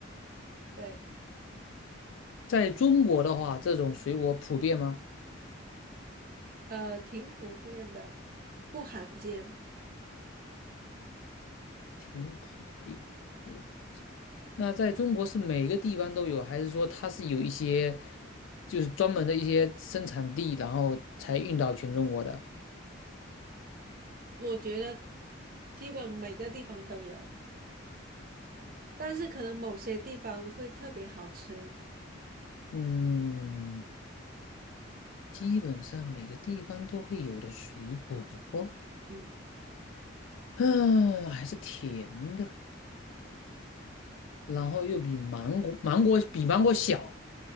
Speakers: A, on the right (about 45°); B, on the left (about 75°).
A: <laughs> 对，
B: 在中国的话，这种水果普遍吗？
A: 呃，挺普遍的，不罕见，
B: 挺普遍，不。那在中国是每个地方都有，还是说它是有一些？就是专门的一些生产地，然后才运到全中国的。
A: 我觉得基本每个地方都有，但是可能某些地方会特别好吃。
B: 嗯，基本上每个地方都会有的水果，
A: 嗯，
B: 嗯，还是甜的，然后又比芒果，芒果比芒果小，